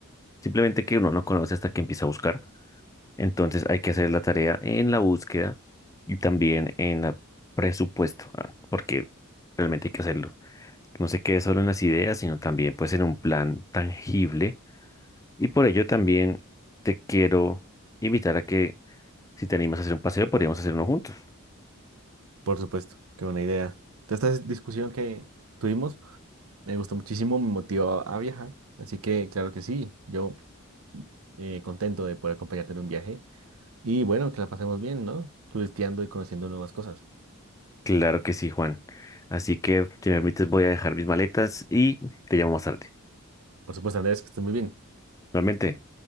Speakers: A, on the left (about 15°); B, on the right (about 75°).
A: simplemente que uno no conoce hasta que empieza a buscar. Entonces hay que hacer la tarea en la búsqueda y también en el presupuesto, ah, porque realmente hay que hacerlo. No se quede solo en las ideas, sino también pues en un plan tangible. Y por ello también te quiero invitar a que si te animas a hacer un paseo, podríamos hacer uno juntos.
B: Por supuesto, qué buena idea. Toda Esta dis- discusión que tuvimos me gustó muchísimo, me motivó a viajar. Así que, claro que sí, yo eh, contento de poder acompañarte en un viaje. Y bueno, que la pasemos bien, ¿no? Turisteando y conociendo nuevas cosas.
A: Claro que sí, Juan. Así que, si me permites, voy a dejar mis maletas y te llamo más tarde.
B: Por supuesto, Andrés, que estés muy bien.
A: Realmente.